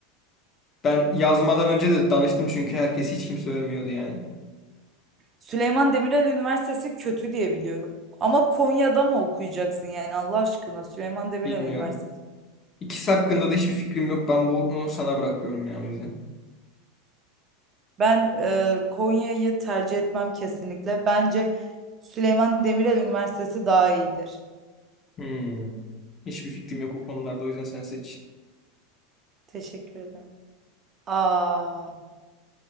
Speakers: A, on the left; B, on the right.
A: Ben yazmadan önce de danıştım çünkü herkes hiç kimse övmüyordu yani.
B: Süleyman Demirel Üniversitesi kötü diye biliyorum. Ama Konya'da mı okuyacaksın yani Allah aşkına Süleyman Demirel
A: Bilmiyorum.
B: Üniversitesi.
A: İkisi hakkında da hiçbir fikrim yok. Ben bunu sana bırakıyorum ya o yüzden.
B: Ben e, Konya'yı tercih etmem kesinlikle. Bence Süleyman Demirel Üniversitesi daha iyidir.
A: Hı. Hiçbir fikrim yok o konularda o yüzden sen seç.
B: Teşekkür ederim. Aa,